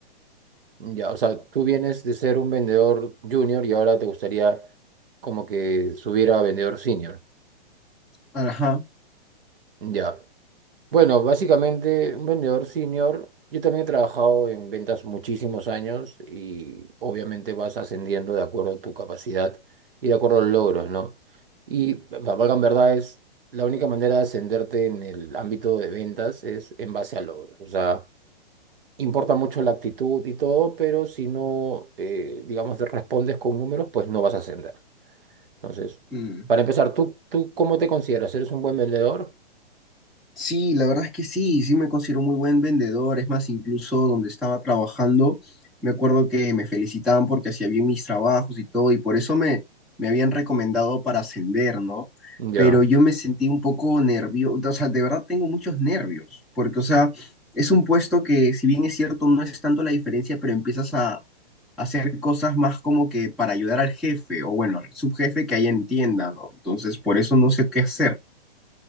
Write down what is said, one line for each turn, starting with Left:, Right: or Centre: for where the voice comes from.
Right: Ya, o sea, tú vienes de ser un vendedor junior y ahora te gustaría como que subir a vendedor senior.
Centre: Ajá.
Right: Ya. Bueno, básicamente un vendedor senior, yo también he trabajado en ventas muchísimos años y obviamente vas ascendiendo de acuerdo a tu capacidad y de acuerdo a los logros, ¿no? Y para valgan verdades, la única manera de ascenderte en el ámbito de ventas es en base a logros. O sea, importa mucho la actitud y todo, pero si no, eh, digamos, te respondes con números, pues no vas a ascender. Entonces,
Centre: Mm.
Right: para empezar, ¿tú, tú cómo te consideras? ¿Eres un buen vendedor?
Centre: Sí, la verdad es que sí, sí me considero muy buen vendedor. Es más, incluso donde estaba trabajando, me acuerdo que me felicitaban porque hacía bien mis trabajos y todo, y por eso me, me habían recomendado para ascender, ¿no?
Right: Ya,
Centre: Pero yo me sentí un poco nervioso, o sea, de verdad tengo muchos nervios, porque, o sea, es un puesto que, si bien es cierto, no es tanto la diferencia, pero empiezas a, a hacer cosas más como que para ayudar al jefe, o bueno, al subjefe que ahí entienda, ¿no? Entonces, por eso no sé qué hacer.